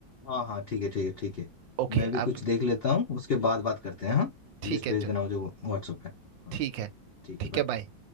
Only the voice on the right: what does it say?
ओके
अब
ठीक
है
चलो
ठीक है
ठीक
है बाय